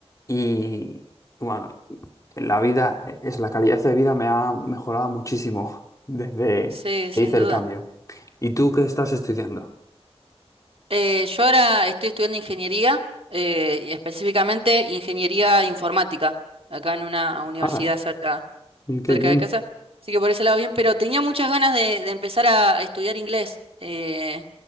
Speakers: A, on the left; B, on the right.
A: Y bueno, la vida, e, es la calidad de vida me ha mejorado muchísimo <laughs> desde
B: Sí, sin
A: que hice
B: duda.
A: el cambio. ¿Y tú qué estás estudiando?
B: Eh, yo ahora estoy estudiando ingeniería, eh, y específicamente ingeniería informática, acá en una universidad
A: Ah,
B: cerca,
A: qué
B: cerca
A: bien.
B: de casa. Así que por ese lado bien, pero tenía muchas ganas de, de empezar a estudiar inglés, eh,